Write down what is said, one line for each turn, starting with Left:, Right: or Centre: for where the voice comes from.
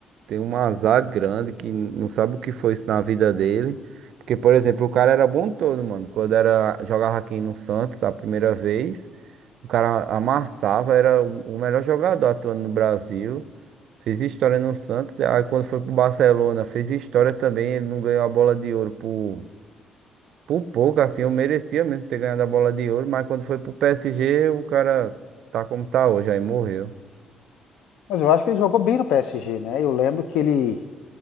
Right: Tem um azar grande que não sabe o que foi isso na vida dele. Porque, por exemplo, o cara era bom todo, mano. Quando era, jogava aqui no Santos a primeira vez, o cara amassava, era o o melhor jogador atuando no Brasil. Fez história no Santos. Aí quando foi pro Barcelona, fez história também. Ele não ganhou a bola de ouro por, por pouco, assim. Eu merecia mesmo ter ganhado a bola de ouro. Mas quando foi pro PSG, o cara tá como tá hoje, aí morreu.
Left: Mas eu acho que ele jogou bem no PSG, né? Eu lembro que ele,